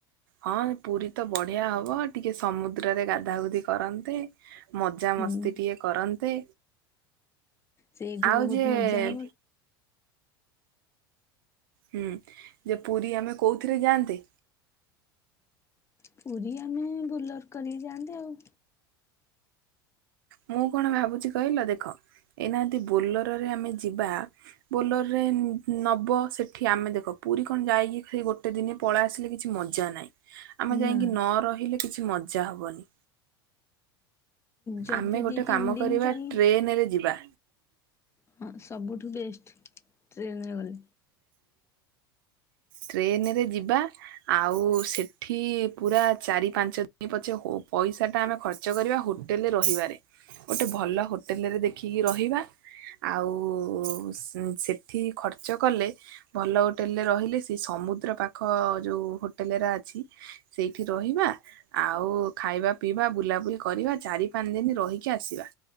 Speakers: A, on the right (about 65°); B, on the left (about 20°).
A: ହଁ ପୁରୀ ତ ବଢିଆ ହବ, ଟିକେ ସମୁଦ୍ରରେ ଗାଧାଗୁଧି କରନ୍ତେ। ମଜା
B: ହୁଁ
A: ମସ୍ତି ଟିକେ କରନ୍ତେ,
B: ସେଇଠି
A: ଆଉ
B: ବହୁତ
A: ଯିଏ
B: ମଜା ହବ।
A: ହୁଁ ଯେ ପୁରୀ ଆମେ କୋଉଥିରେ ଯାଆନ୍ତେ?
B: ପୁରୀ ଆମେ ବୁଲର କରିକି ଯାଆନ୍ତେ ଆଉ
A: ମୁଁ କଣ ଭାବୁଛି କହିଲ ଦେଖ -ଏଇନା ଯଦି ବୋଲେରରେ ଆମେ ଯିବା ବୋଲରରେ ନବ, ସେଠି ଆମେ ଦେଖ ପୁରୀ କଣ ଯାଇକି ସେ ଗୋଟେ ଦିନେ ପଳେଇ ଆସିଲେ କିଛି ମଜା ନାହିଁ, ଆମେ ଯାଇକି
B: ନା।
A: ନ ରହିଲେ କିଛି ମଜା ହବନି।
B: ଯଦି
A: ଆମେ ଗୋଟେ
B: ଦି ତିନି
A: କାମ
B: ଦିନ
A: କରିବା
B: ପାଇଁ
A: ଟ୍ରେନ ରେ ଯିବା।
B: ହଁ ସବୁଠୁ ବେଷ୍ଟ, ଟ୍ରେନରେ ଗଲେ।
A: ଟ୍ରେନ ରେ ଯିବା। ଆଉ ସେଠି ପୁରା ଚାରି ପାଞ୍ଚ ଦିନ ପଛେ, ପଇସା ଟା ଆମେ ଖର୍ଚ କରିବା ହୋଟେଲରେ ରହିବାରେ, ଗୋଟେ ଭଲ ହୋଟେଲରେ ଦେଖିକି ରହିବା। ଆଉ ସେଠି ଖର୍ଚ୍ଚ କଲେ ଭଲ ହୋଟେଲ ରେ ରହିଲେ ସେ ସମୁଦ୍ର ପାଖ ଯୋଉ ହୋଟେଲ ଅଛି। ସେଇଠି ରହିବା। ଆଉ ଖାଇବା ପିଇବା ବୁଲାବୁଲି କରିବା ଚାରି ପାଞ୍ଚ ଦିନ ରହିକି ଆସିବା।